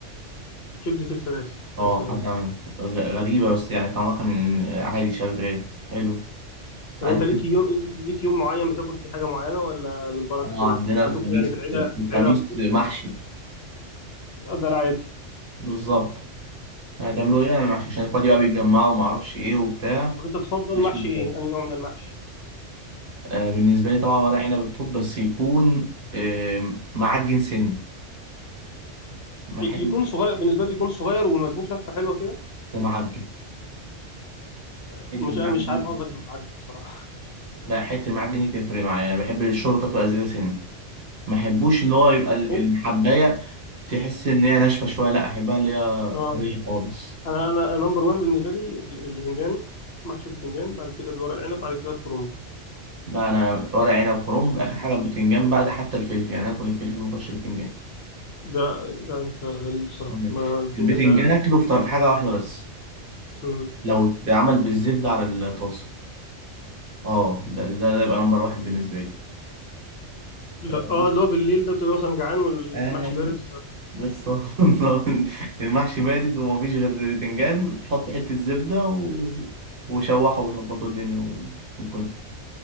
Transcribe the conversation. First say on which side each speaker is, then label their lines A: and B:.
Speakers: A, on the left; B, on the right.
A: كبدة الفراخ
B: اه
A: يا سلام
B: حد عملها غ- غريبة بس يعني طعمها كان عادي شغال حلو <laughs>
A: طب
B: اه
A: انت ليك يوم ليك يوم معين بتاكل فيه حاجة معينة ولا بالبركة
B: عندنا
A: كده
B: الخميس
A: عندكم يعني في العيلة
B: الخميس
A: عيلة طقوس
B: محشي
A: كده آه، ده العادي
B: بالظبط هتعملوا ايه يعني عشان اخواتي بقى بيتجمعوا وما اعرفش ايه وبتاع
A: طب انت تفضل
B: محشي
A: محشي
B: بالفراخ.
A: ايه أنهي نوع من المحشي
B: آه بالنسبة لي طبعا ورق عنب الطب بس يكون آه معجن سن محل
A: يكون صغير بالنسبة لي يكون صغير وملفوف لفة حلوة كده
B: ومعجن
A: آه،
B: حتة
A: مش
B: المعجن
A: مش عارف
B: دي-
A: قصدك معجب بصراحة
B: لا حتة المعجن دي تفرق معايا انا بحب الشوربة تبقى زيادة سن ما احبوش اللي هو يبقى ال-
A: ممكن
B: الحبايه
A: بقى
B: تحس ان هي ناشفه شويه لا احبها اللي هي
A: اه
B: طريه خالص
A: انا انا نمبر 1 بالنسبة لي ال- البتنجان محشي البتنجان بعد كده الورق العنب بعد كده الكرنب
B: لا انا ورق عنب كرنب اخر حاجه البتنجان بعد حتى الفلفل يعني اكل الفلفل ما اكلش البتنجان
A: ده ده انت غريب بصراحة
B: تمام.
A: ما البتنجان
B: البتنجان
A: ده
B: اكله في في حاجه واحده بس
A: مم.
B: لو اتعمل بالزبده على الطاسه اه ده ده, ده يبقى نمبر واحد بالنسبه لي
A: لا
B: أنت فاهم؟
A: اه اللي هو بالليل ده بتبقى مثلا جعان والمحشي
B: ايوه
A: بارد
B: بالظبط <laughs> المحشي بارد ومفيش غير بتنجان حط حته زبده و... وشوحه وظبطوا الدنيا و... وكل